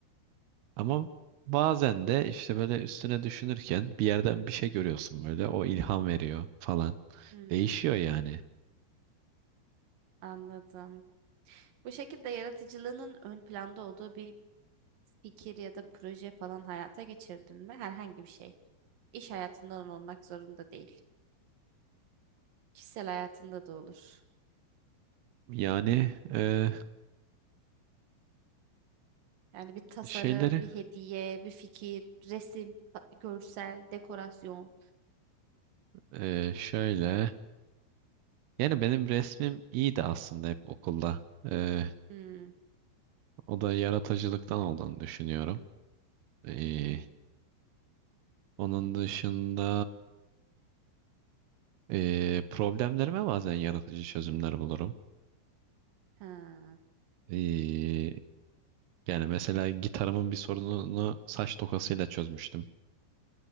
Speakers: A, on the right (about 80°); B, on the right (about 55°).
A: Ama bazen de işte böyle üstüne düşünürken bir yerden bir şey görüyorsun böyle. O ilham veriyor falan.
B: hmm,
A: Değişiyor yani.
B: anladım. Bu şekilde yaratıcılığının ön planda olduğu bir fikir ya da proje falan hayata geçirdin mi? Herhangi bir şey. İş hayatından olmak zorunda değil. Kişisel hayatında da olur.
A: Yani e,
B: Yani bir tasarım,
A: şeyleri
B: bir hediye, bir fikir, resim, ta- görsel, dekorasyon.
A: e, şöyle. Yani benim resmim iyiydi aslında hep okulda. E,
B: Hmm.
A: O da yaratıcılıktan olduğunu düşünüyorum. Ee,
B: Hı hı.
A: onun dışında ee, problemlerime bazen yaratıcı çözümler bulurum.
B: Ha.
A: Ee, yani mesela gitarımın bir sorununu saç tokasıyla çözmüştüm.